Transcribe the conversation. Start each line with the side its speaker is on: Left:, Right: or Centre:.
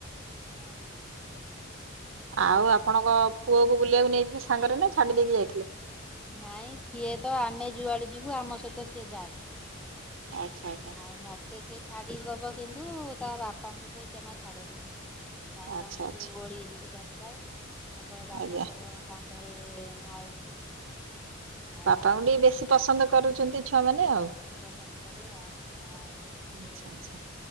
Centre: ଆଜ୍ଞା।
Right: ଆଉ ଆପଣଙ୍କ ପୁଅକୁ ବୁଲିବାକୁ ନେଇଥିଲେ ସାଙ୍ଗରେ ନା ଛାଡି ଦେଇକି ଯାଇଥିଲେ?
Centre: ନାଇଁ ସିଏ ତ ଆମେ ଯୁଆଡ଼େ ଯିବୁ ଆମ ସହିତ ସିଏ ଯାଏ।
Right: ଆଛା ଆଛା।
Centre: ଆଉ ମତେ ସେ ଛାଡିଦବ କିନ୍ତୁ ତା ବାପାଙ୍କୁ ସେ ଜମା ଛାଡେନି। ବାପା
Right: ଆଚ୍ଛା
Centre: ଙ୍କୁ
Right: ଆଚ୍ଛା
Centre: ଓଳି ହେଇକି ଧରିଥାଏ ସବୁବେଳେ ବାପାଙ୍କ
Right: ଆଜ୍ଞା
Centre: କନ୍ଧ ରେ ନାଉ ହୁଏ। ଆଉ
Right: ବାପାଙ୍କୁ ଟିକ ବେଶୀ ପସନ୍ଦ କରୁଛନ୍ତି। ଛୁଆମାନେ ଆଉ।
Centre: ଦେଖି ପସନ୍ଦ କରେ ଆଉ ଆଉ ସିଏ
Right: ଆଚ୍ଛା ଆଚ୍ଛା